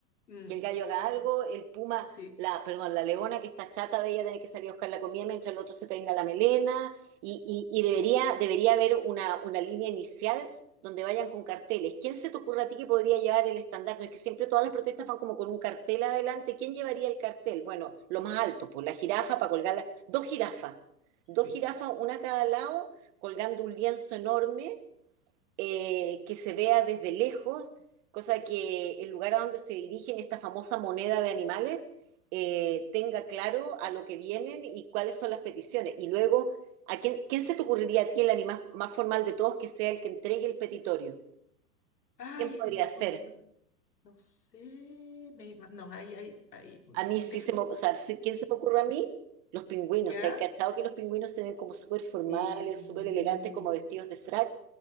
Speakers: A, on the left; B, on the right.
A: mm,
B: que el gallo haga
A: sí,
B: algo, el puma,
A: sí,
B: la, perdón, la leona que está chata de ella tiene que salir a buscar la comida mientras el otro se peina la melena y, y- y debería, debería haber una, una línea inicial donde vayan con carteles. ¿Quién se te ocurre a ti que podría llevar el estandarte? No es que siempre todas las protestas van como con un cartel adelante. ¿Quién llevaría el cartel? Bueno, lo más alto, pues la jirafa para colgarla, dos jirafas,
A: sí.
B: dos jirafas, una a cada lado, colgando un lienzo enorme eh, que se vea desde lejos, cosa que el lugar a donde se dirigen esta famosa moneda de animales eh, tenga claro a lo que vienen y cuáles son las peticiones. Y luego, ¿a quién, quién se te ocurriría a ti el animal más formal de todos que sea el que entregue el petitorio?
A: Ay,
B: ¿Quién podría
A: el más
B: ser?
A: bonito. No sé. me- ma- no, ahí, ahí, ahí. mm,
B: A mí sí
A: Déjame.
B: se me, o sea, sí, ¿quién se me ocurre a mí? Los pingüinos.
A: ¿Ya?
B: ¿Te has cachado que los pingüinos se ven como súper formales,
A: Sí.
B: súper elegantes, como vestidos de frac?